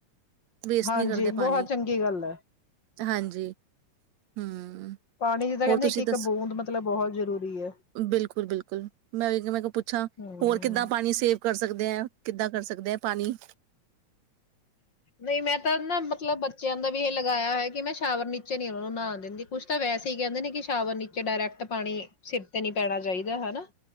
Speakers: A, on the right; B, on the left.
A: ਵੇਸਟ
B: ਹਾਂਜੀ
A: ਨੀ ਕਰਦੇ ਪਾਣੀ।
B: ਬਹੁਤ ਚੰਗੀ ਗੱਲ ਹੈ
A: ਹਾਂਜੀ। ਹੂੰ।
B: ਪਾਣੀ ਜਿੱਦਾਂ ਕਹਿੰਦੇ
A: ਹੋਰ ਤੁਸੀਂ
B: ਇੱਕ ਇੱਕ
A: ਦੱਸੋ?
B: ਬੂੰਦ ਮਤਲਬ ਬਹੁਤ ਜ਼ਰੂਰੀ ਹੈ।
A: ਬਿਲਕੁਲ-ਬਿਲਕੁਲ, ਮੈਂ ਵੀ ਕੇਹਾ ਮੈਂ ਕਿਹਾ ਪੁੱਛਾਂ,
B: ਹਮ
A: ਹੋਰ ਕਿੱਦਾਂ ਪਾਣੀ ਸੇਵ ਕਰ ਸਕਦੇ ਆ? ਕਿੱਦਾਂ ਕਰ ਸਕਦੇ ਆ ਪਾਣੀ?
B: ਨਹੀਂ ਮੈਂ ਤਾਂ ਨਾ ਮਤਲਬ ਬੱਚਿਆਂ ਦਾ ਵੀ ਏਹ ਲਗਾਯਾ ਹੋਆ ਏ ਕਿ ਮੈਂ ਸ਼ਾਵਰ ਨੀਚੇ ਨੀ ਔਨਾ ਨੂੰ ਨਾਨ ਦਿੰਦੀ, ਕੁਛ ਤਾਂ ਵੈਸੇ ਈ ਕੈੰਦੇ ਨੇ ਕਿ ਸ਼ਾਵਰ ਨੀਚੇ ਡਾਰੈਕਟ ਪਾਣੀ ਸਿਰ ਤੇ ਨੀ ਪੈਣਾ ਚਾਹੀਦਾ ਹੈਨਾ।